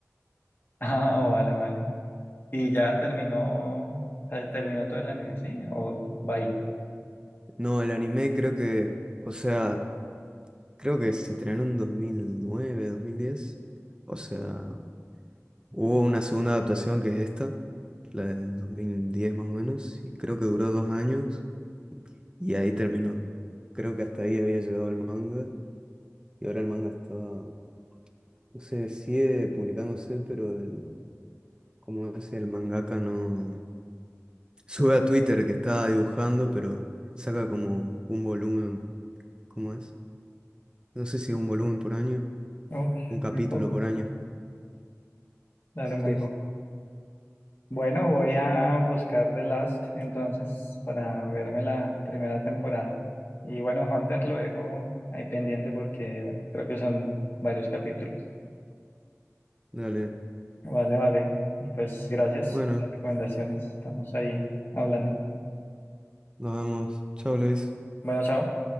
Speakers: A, on the left (about 45°); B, on the right (about 15°).
A: Ah, vale, vale. Y ya terminó, o sea, terminó todo el anime, ¿sí? ¿O va ahí?
B: No, el anime creo que, o sea, creo que se estrenó en dos dos mil nueve dos mil diez O sea... Hubo una segunda adaptación que es esta, la del 2010 más o menos, y creo que duró dos años y ahí terminó. Creo que hasta ahí había llegado el manga y ahora el manga está, no sé, sigue publicándose, pero el, como es el mangaka no <laughs> sube a Twitter que está dibujando, pero saca como un volumen, ¿cómo es? No sé si es un volumen por año,
A: Uf,
B: un capítulo
A: muy poco,
B: por año.
A: claro,
B: Sí,
A: muy poco. Bueno, voy a buscar The Last entonces para verme la primera temporada. Y bueno, Hunter lo dejo ahí pendiente porque bueno, creo que son varios capítulos.
B: dale.
A: Vale, vale. Y pues gracias
B: Bueno,
A: por las recomendaciones. Estamos ahí hablando.
B: nos vemos. Chao, Luis.
A: Bueno, chao.